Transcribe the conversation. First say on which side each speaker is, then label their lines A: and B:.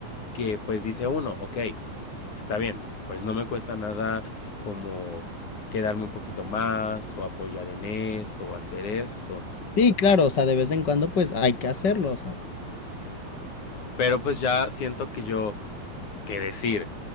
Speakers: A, on the left (about 55°); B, on the left (about 35°).
A: que pues dice uno, ok, está bien, pues no me cuesta nada como quedarme un poquito más o apoyar en esto o hacer esto,
B: Sí, claro, o sea, de vez en cuando pues hay que hacerlo, o sea,
A: pero pues ya siento que yo, que decir,